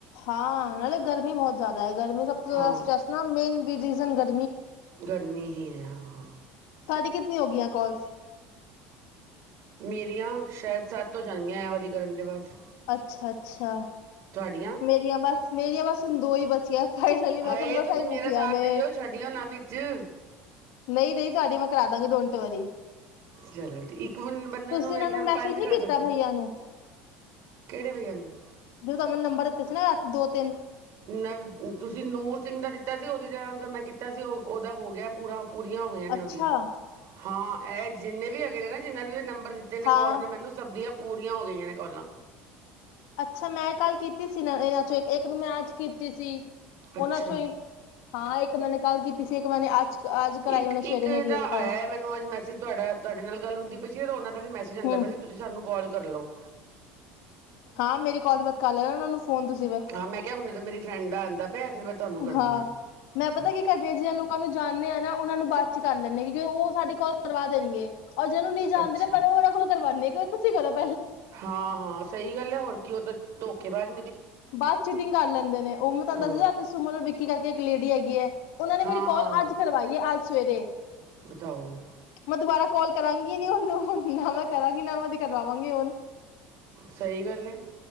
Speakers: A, on the left (about 70°); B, on the right (about 60°).
A: ਹਾਂ ਨਾਲੇ ਗਰਮੀ ਬਹੁਤ ਜ਼ਿਆਦਾ ਹੈ ਗਰਮੀ ਸਭ ਤੋਂ ਜ਼ਿਆਦਾ
B: ਹਾਂ
A: ਸਟੈਸ ਨਾ ਮੇਨ ਰੀਜ਼ਨ ਗ
B: ਗਰਮੀ ਹੀ ਹੈ ਹਾਂ
A: ਤੁਹਾਡੀ ਹੋ ਗਈਆਂ ਕੋਲਸ
B: ਮੇਰੀਆਂ ਸ਼ਾਇਦ ਸੱਤ ਹੋ ਜਾਣਗੀਆਂ ਐ ਵਾਲੀ ਕਰਨ ਦੇ ਬਾਅਦ
A: ਅੱਛਾ ਅੱਛਾ
B: ਤੁਹਾਡੀਆਂ
A: ਮੇਰੀਆਂ ਬਸ ਮੇਰੀਆਂ ਬਸ ਹ ਦੋ ਹੀ ਬਚੀਆਂ ਫਾਈਨਲੀ
B: ਹਾਏ
A: ਮੈਂ ਕਿਹਾ ਮਸਾਂ
B: ਤੁਸੀਂ
A: ਹੀ ਮੁੱਕੀਆਂ
B: ਮੇਰਾ ਸਾਥ
A: ਨੇ
B: ਦੇਈਓ ਛੱਡਿਓ ਨਾ ਵੀੀ ਚੇ
A: ਨਹੀਂ ਨਹੀਂ ਤੁਹਾਡੀ ਮੈਂ ਕਰਾ ਦਾਂਗੀ ਡੋਂਟ ਵਰੀ
B: ਚਲੋ ਇੱਕ ਬੰ ਬੰਦੇ
A: ਤੁਸੀਂ
B: ਮੇਰੇ
A: ਇਹਨਾਂ
B: ਖਿਆਲ
A: ਨੂੰ ਮੈਸੇਜ
B: ਪੰਜ
A: ਨੀ
B: ਕਰ
A: ਕੀਤਾ
B: ਸਕਦੇ
A: ਬਈਆ ਨੂੰ
B: ਕਿਹੜੇ ਭਈਆ ਨੂੰ
A: ਜ ਮਨੂੰ ਨੰਬਰ ਦਿੱਤੇ ਸੀ ਨਾ ਦੋ ਤਿੰਨ
B: ਨਵ ਤੁਸੀਂ ਨੂਰ ਸਿੰਘ ਦਾ ਦਿੱਤਾ ਸੀ ਉਹਦੀ ਮੈਂ ਕੀਤਾ ਸੀ ਉਹ ਉਹਦਾ ਹੋ ਗਿਆ ਪੂਰਾ ਪੂਰੀਆਂ ਹੋ ਗਈਆਂ ਨੇ
A: ਅੱਛਾ
B: ਉਹਦੀਆਂ ਹਾਂ ਇਹ ਜਿੰਨੇ ਵੀ ਹੈਗੇ ਨੇ ਨਾ ਜਿੰਨਾਂ ਦੇ ਵੀ ਨੰਬ ਦਿੱਤੇ ਨੇ
A: ਹਾਂ
B: ਕੌਰ ਨੇ ਮੈਨੂੰ ਸਬਦੀਆ ਪੂਰੀਆਂ ਹੋ ਗਈਆਂ ਨੇ ਗੱਲਾਂ
A: ਅੱਛਾ ਮੈਂ ਕੱਲ ਕੀਤੀ ਸੀ ਨਾ ਇਹਨਾਂ ਚੋਂ ਇੱਕ ਨੂੰ ਮੈਂ ਅਜ ਕੀਤੀ ਸੀ
B: ਅੱਛਾ
A: ਉਹਨਾਂ ਚੋਂ ਹੀ ਹਾਂ ਇੱਕ ਮੈਨੇ ਕੱਲ ਕੀਤੀ ਸੀ ਇੱਕ ਮੈਨੇ ਅੱਜ ਅੱਜ ਕਰਾਈ
B: ਇੱਕ
A: ਉਹਨੇ ਸਵੇਰੇ
B: ਇੱਕ
A: ਮੇਰੀ
B: ਦਾ
A: ਕਾਲ
B: ਆਇਆ ਮੈਨੂੰ ਅੱਜ ਮੈਸੇਜ ਤੁਹਾਡਾ ਤੁਹਾਡੇ ਨਾਲ ਗੱਲ ਹੁੰਦੀ ਪ ਸੀ ਉਹਨਾਂ ਦਾ ਵੀ ਮੈਸੇਜ ਆਉਂਦਾ
A: ਹੂੰ
B: ਪਿਆ ਸੀ ਤੁਸੀਂ ਸਾਨੂੰ ਕਾਲ ਕਰ ਲਓ
A: ਹਾਂ ਮੇਰੀ ਗਲ ਬਾਤ ਕਰ ਲੈਣਾ ਉਹਨਾਂ ਨੂੰ ਫੋਨ ਤੁਸੀਂ ਫਿਰ
B: ਹਾਂ ਮੈਂ ਕਿਹਾ ਹੁੰਦਾ ਮੇਰੀ ਫਰੈਂਡ ਦਾ ਪਿਆ ਫਿਰ ਮੈਂ ਤੁਹਾਨੂੰ ਕਰਦੀ
A: ਹਾਂ ਮੈਂ
B: ਅੱਛਾ
A: ਪਤਾ ਕੀ ਕਰੀ ਜਿ ਲੋਕਾਂ ਨੂੰ ਜਾਂਦੇ ਆਾਂ ਨਾ ਉਹਨਾਂ ਨੂੰ ਬਾਦ ਚ ਕਰ ਲੈਂਦੇਾਂ ਕਿਉਿ ਉਹ ਸਾਡੀ ਕੋਲ ਕਰਵਾ ਦੇਣਗੇ ਔ ਜਿਹਨ ਨਹੀਂ ਜਾਣਦੇ
B: ਅੱਛਾ
A: ਪਹਿਲ ਉਹਨਾਂ ਕੋਲੋਂ ਕਰਵਾਉਂਦੇ <inaudible>
B: ਹਾਂ ਹਾਂ ਸਹੀ ਗੱਲ ਹੈ ਹੋਰ ਕੀ ਉਹ ਤਾਂ ਧੋਕੇੇ ਬਾਾਜ਼
A: ਬਸ ਚੀਟਿੰਗ ਕਰ ਲੈਂਦੇ ਨੇ ਉਹ ਮੈਂ ਤੁਹਾਨੂੰ
B: ਹਾਂ
A: ਦੱਸਦੀ ਰਾ ਸੁਮਨ ਵਿਕੀ ਕਰਕੇ ਇੱਕ ਲੇਡੀ ਹੈਗੀ ਹੈ ਉਹਨਾਂ ਨੇ
B: ਹਾਂ
A: ਮੇਰੀ
B: ਹਾਂ
A: ਕਾਲ
B: ਹਾਂ
A: ਅੱਜ ਕਰਵਾਈ ਹੈ ਅੱਜ ਸਵੇਰੇ
B: ਬਤਾਓ
A: ਮੈਂ ਦੁਬਾਰਾ ਕਾਲ ਕਰਾਂਗੀ ਨੀ ਉਹਨੂੰਣ ਨਾ ਮੈਂ ਕਰਾਂਗੀ ਨਾ ਮੈਂ ਤੇ ਕਰਵਾਵਾਂਗੀ ਹੁਣ
B: ਸਹੀ ਗੱਲ ਹੈ